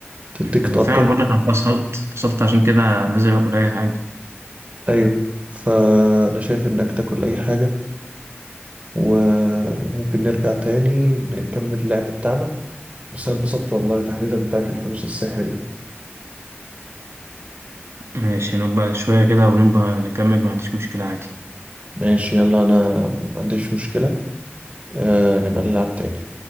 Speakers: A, on the right; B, on the right.
A: تديك
B: أنا
A: طاقة
B: فعلا بقول لك أنا فصلت فصلت عشان كده لازم آكل أي حاجة
A: أيوه فأنا شايف إنك تاكل أي حاجة وممكن نرجع تاني نكمل اللعب بتاعنا بس أنا اتبسطت والله تحديدا بتاعت الفلوس السحر دي
B: ماشي نبقى شوية كده ونبقى نكمل ما عنديش مشكلة عادي
A: ماشي يلا أنا ما عنديش مشكلة آه نبقى نلعب تاني